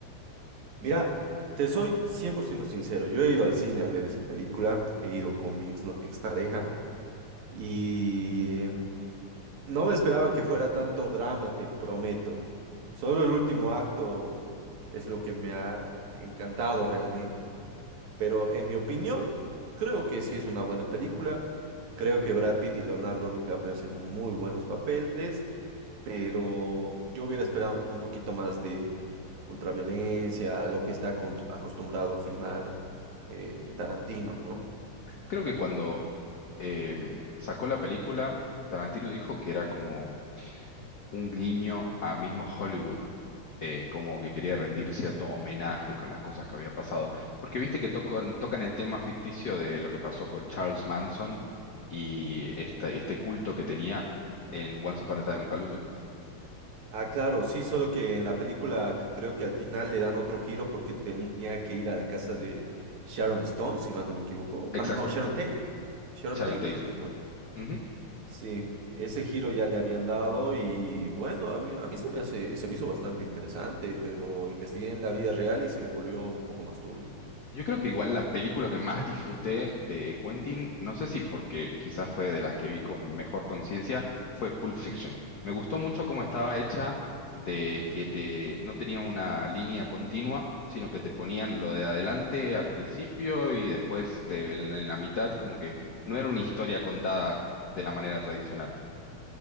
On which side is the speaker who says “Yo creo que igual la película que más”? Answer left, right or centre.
Left